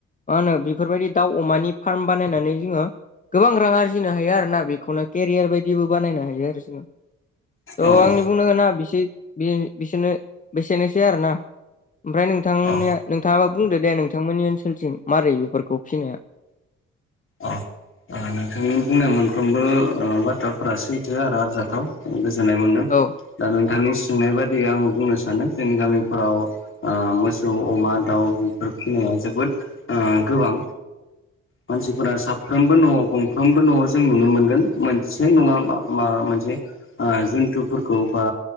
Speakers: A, on the left; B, on the left.
A: मा होनो बेफोरबायदि दाउ अमानि फार्म बानायनानै जोङो गोबां रां आरजिनो हायो आरो ना। बेखौनो केरियार बायदिबो बानायनो हायो आरो जोङो थ'
B: औ औ
A: आंनि बुंनो गोनांआ <unintelligible> बिसोरनो बेसेनोसै आरो ना ओमफ्राय नोंथांनिया
B: औ
A: नोंथाङाबो बुंदो दे, नोंथांमोननि ओनसोलथिं मारै बेफोरखौ फिनाया?
B: औ नोंथांनि बुंनाय मोनफ्रोमबो बाथ्राफोरा सैथो आरो आरजाथाव। गोजोननाय मोनदों
A: औ
B: दा नोंथांनि सोंनाय बादियै आङो बुंनो सानो जोंनि गामिफोराव ओ मोसौ, अमा, दाउ बेफोर फिसिनाया जोबोद गोबां। मानसि -फोरा साफ्रोमबो न'आव गंफ्रोमबो न'आव जों नुनो मोनगोन मोनसे नङा माबा मोनसे जुन्थुफोरखौ बा